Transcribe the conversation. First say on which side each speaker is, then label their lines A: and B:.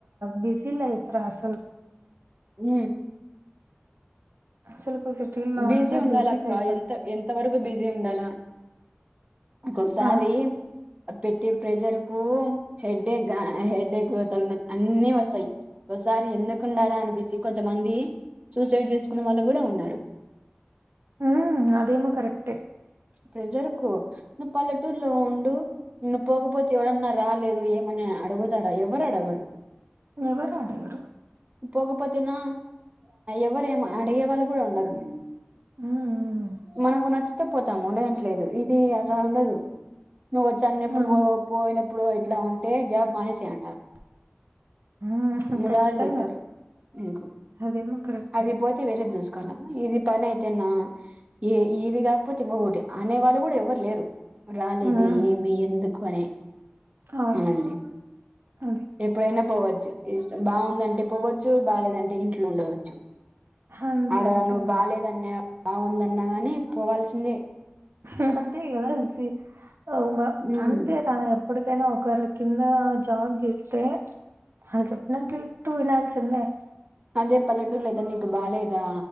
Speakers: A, on the right (about 70°); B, on the right (about 30°).
A: బిజ లైఫ్ రా అసలు
B: ఉ
A: అసలుకు సిటీల్లో
B: బిజీ
A: అంతా
B: ఉండాల అక్క
A: లైఫ్
B: ఎంత ఎంత వరకు బిజీ ఉండాలా గసారి
A: అవును
B: పెట్టి ప్రెజర్ కు హెడేక్ హెడేక్ తన అన్ని వస్తాయి ఒకసారి ఎందుకుండారా అనిపిసి కొంతమంది సూసైడ్ చేసుకున్న వాళ్ళు కూడా ఉన్నారు
A: ఉ అదేమ కరెక్ట్
B: ప్రజరుకు నువ్వు పల్లెటూర్లో ఉండు ను్వు పోకపోతే ఎవరన్నా రాలేదు ఏమన్నా అడుగుతారా ఎవరు అడగరు
A: ఎవర అడవరు
B: పోకపోతేనా ఎవరు ఏమ అడిగే వాళ్ళు కూడా ఉండరు మ్
A: ఉమ్
B: మనకు నచ్చితే పోతాము లేదంటే ఇది అలా ఉండదు నువ్వు వచ్చి అన్న ఎప్పుడు
A: అవును
B: పోయినప్పు నువ్వు ఇట్లా ఉంటే జాబ్ మానేసేయ అంటారు
A: ఉమ్
B: ములాజ్
A: ఖచ్చితంగా
B: పెట్టారు ఇంకు
A: అదేమో కరెక్టే
B: అది పోతే వేరే చుసుకోవాల ఇది పని తిన్న ఏ ఇది కాకపోతే ఇంగగటి అనే వాళ్ళు కూడా ఎవ్వరు లేరు రాలేదు
A: ఉమ్
B: ఏమి ఎందుకు అనే
A: అవును
B: మనల్ని
A: అది
B: ఎప్పుడైనా పోవచ్చు ఇష్టం బాగుందంటే పోవ్వచ్చు బాగాలేదంటే ఇంట్లో ఉండవచ్చు
A: అంతే
B: అడ
A: అంతే
B: ను బాల్యదన్య బాగుందన్నా గాని పోవాల్సిందే
A: హా హా అంత హేగల అలసి అవునా
B: ఉమ్
A: అందే రా ఎప్పడికైనా ఒకరి కింద జాబ్ చేస్తే ఆలు చెప్పినట్లుూ వినాల్సిందే
B: అదే పల్లెటూరు లేదా నీకు బాగాలేదా